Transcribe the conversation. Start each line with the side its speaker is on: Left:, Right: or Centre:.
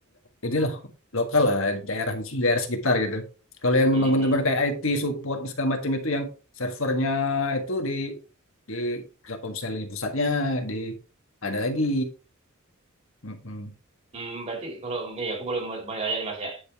Left: inilah lokal lah daerah daerah sekitar gitu. Kalau yang
Right: Mhm.
Left: memang benar-benar kayak IT support segala macam itu yang servernya itu di di Telkomsel ini pusatnya di ada lagi. Mm-mm.
Right: Hmm, berarti kalau ya aku boleh mau mau nanya nih Mas ya.